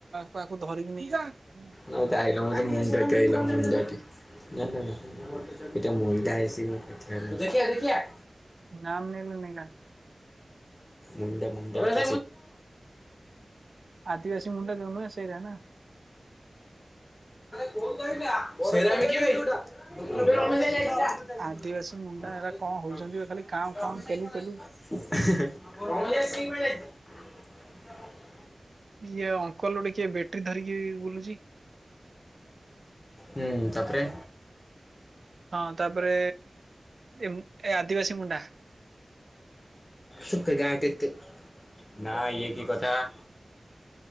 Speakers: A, on the right; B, on the left.
A: କୁ ଆକୁ ଧରିକି ନେଇ ଯାଇ ପାରୁନ।
B: ନାଇ ତ ଆଇଲ ମୋର ତ ମୁଣ୍ଡ ଖାଇଲ ମୁଣ୍ଡ ଟି ନା ନା ନା। ଏଇଟା ମୁଣ୍ଡା ହେଶି। <unintelligible>
A: ନାମ ନେଲେ ନେଗା
B: ମୁଣ୍ଡ ମୁଣ୍ଡ। <inaudible>
A: ଆଦିିବାସୀ ମୁଣ୍ଡା ଯୋଉ ନୁହେଁ ସେଇରା ନା।
B: କଉ ଜରି
A: ଆଦିବାସୀ
B: ଟା।
A: ମୁଣ୍ଡା ଏରା କଣ ହଉଛନ୍ତି ଖାଲି କାଉଁ କାଉଁ
B: <inaudible>
A: କେଲୁ କେଲୁ
B: <inaudible>
A: ଇଏ ଅଙ୍କଲ ଗୋଟେ କିଏ ବେଟେରୀ ଧରିକି ବୁଲୁଛି।
B: ହୁଁ ତାପରେ।
A: ହଁ ତାପରେ ଏମ ଏ ଆଦିବାସୀ ମୁଣ୍ଡା।
B: ସୁଖ ଗାଁ କେ କେ ନା ଇଏ କି କଥା। <inaudible>